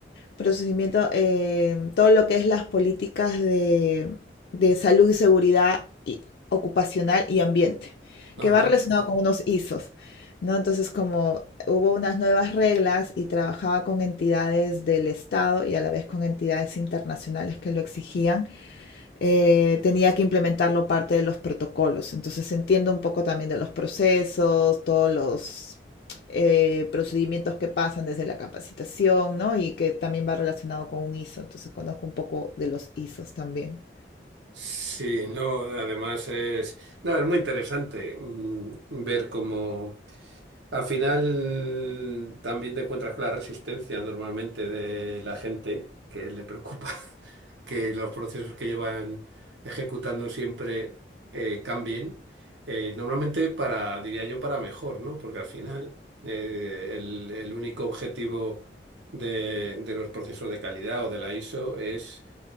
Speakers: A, on the left; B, on the right.
A: procesamiento, eh, todo lo que es las políticas de, de salud y seguridad y- ocupacional y ambiente,
B: Ajá.
A: que va relacionado con unos ISOs, ¿no? Entonces, como hubo unas nuevas reglas y trabajaba con entidades del Estado y a la vez con entidades internacionales que lo exigían, eh, tenía que implementarlo parte de los protocolos. Entonces entiendo un poco también de los procesos, todos los eh, procedimientos que pasan desde la capacitación, ¿no? Y que también va relacionado con un ISO. Entonces conozco un poco de los ISOs también.
B: Sí, no, además es, no, es muy interesante mm, ver cómo, al final también te encuentras con la resistencia normalmente de la gente que le preocupa <laughs> que los procesos que llevan ejecutando siempre eh, cambien. eh, normalmente para, diría yo, para mejor, ¿no? Porque al final eh, el, el único objetivo de, de los procesos de calidad o de la ISO es